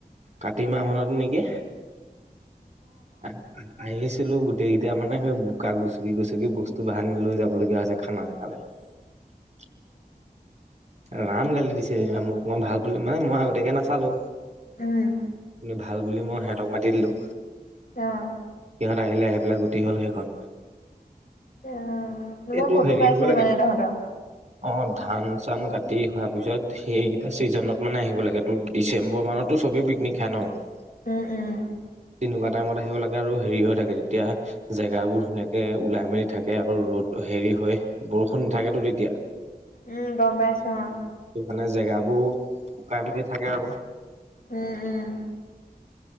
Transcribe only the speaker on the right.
কাতি মাহ মানত নেকি অ আহ ছিলো গোটেইকেইটায়া মানে সেই বোকা গুচুকি গুচুকি বস্তু বাহানি লৈ যাব লগগীয়া হৈছে খানা জেগালে <unintelligible> ৰাম গালি দিছে যেিবা মোক তোই ভাল বুলি মানে মই আগতীয়াকে নচালো
কিন্ত ভাল ভাল বুলি মই সিহঁতক মাতি দিলোঁ
সিহত আহিলে আহি পেলাই পাই গুটি হ'ল সেইখন
এইটো
হেৰি
হ'ব লাগে
অ ধান চান কাটি হোৱাৰ পিছত সেইকেইটা চিজনত মানে আহিব লাগে ত ডিচেম্বৰ মাহততো চবেই পিকনিক খাই ন <unintelligible>
তেনেকুৱা টাইমত আহিব লাগে আৰু হেৰি হৈ থাকে তেতিয়া জেগাবোৰ ধুনীয়াকে ওলাই মেলি থাকে আৰু ৰ'দ <unintelligible> হেৰি হয় বৰষুণ নাথাকেতো তেতিয়া
মানে জেগাবোৰ শুকাই মেলি থাকে আৰু